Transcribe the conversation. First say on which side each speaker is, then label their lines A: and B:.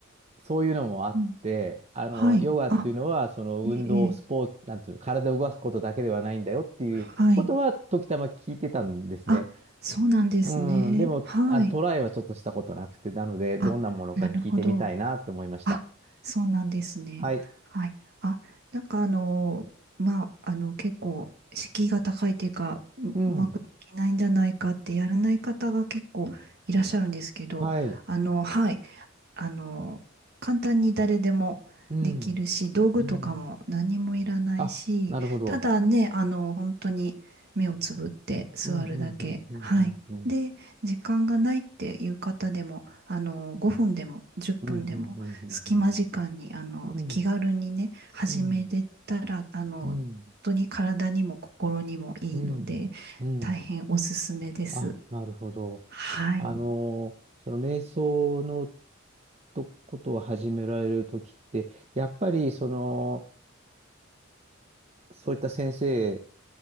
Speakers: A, on the right; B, on the right.
A: そういうのもあって、
B: うん、
A: あの、
B: はい。
A: ヨガっていうのは、
B: あ、
A: その、
B: ええ、
A: 運動、
B: ええ
A: スポーツ、なんていうの、体を動かすことだけではないんだよっていうことは、
B: はい。
A: 時たま聞いてたんですね。
B: あ、そうなんですね。
A: うん、でも、
B: はい。
A: あ、トライはちょっとしたことなくて、なので、どんなものか聞いてみたいなって思いました。
B: あ、なるほど。あ、そうなんですね。
A: はい。
B: はい。あ、なんかあの、まあ、あの、結構、敷居が高いというか、ううまくできないんじゃないかってやらない方が結構いらっしゃるんですけど、
A: うん。はい。
B: あの、はい。あの、簡単に誰でもできるし、
A: うん。
B: 道具とかも何もいらないし、
A: うん。あ、なるほど。
B: ただね、あの、本当に目をつぶって座るだけ。
A: うん、うん、うん、うん、
B: はい。
A: うん、うん。
B: で、時間がないっていう方でも、あの、5分でも10分でも、
A: うん、うん、うん、
B: 隙間時間に、あの、
A: うん、うん。うん、
B: 気軽にね、始めれたら、
A: うん、
B: あの、
A: うん、
B: 本当に体にも心にもいいので、
A: うん。うん
B: 大変おすすめです。
A: あ、なるほど。
B: はい。
A: あのーその瞑想のとことを始められるときって、やっぱり、その、そういった先生、